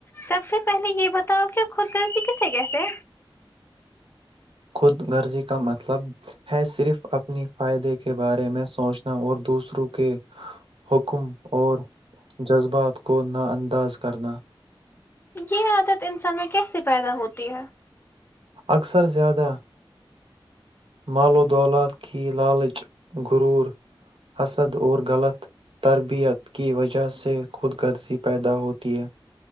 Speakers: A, on the left; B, on the right.
A: سب سے پہلے یہ بتاؤ کہ خود گرضی کسے کہتے ہیں
B: خود رزی کا مطلب ہے صرف اپنے فائدے کے بارے میں سوچنا اور دوسروں کے حکم اور جذبات کو نا انداز کرنا
A: یہ عادت انسان میں کیسے پیدا ہوتی ہے
B: اکثر زیادہ مال و دولت کی لالچ گرور حسد اور غلط تربیت کی وجہ سے خود غرضی پیدا ہوتی ہے